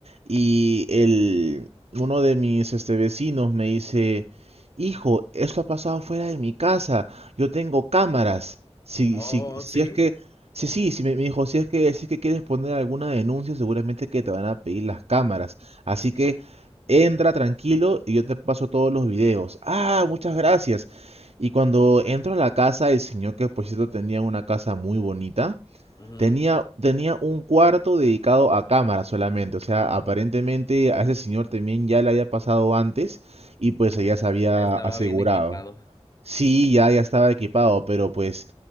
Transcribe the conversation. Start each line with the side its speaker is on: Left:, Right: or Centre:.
Right: Y el, uno de mis este, vecinos me dice, hijo, esto ha pasado fuera de mi casa, yo tengo cámaras. Si,
Left: Oh,
Right: si, si
Left: sí,
Right: es que, sí, sí, sí, me, me dijo, si es que, si es que quieres poner alguna denuncia, seguramente que te van a pedir las cámaras. Así
Left: sí.
Right: que entra tranquilo y yo te paso todos los videos. Ah, muchas gracias. Y cuando entro a la casa, el señor que por cierto tenía una casa muy bonita,
Left: ujú,
Right: tenía, tenía un cuarto dedicado a cámaras solamente. O sea, aparentemente a ese señor también ya le había pasado antes y pues ella se había
Left: Estaba
Right: asegurado.
Left: bien equipado.
Right: Sí, ya, ya estaba equipado, pero pues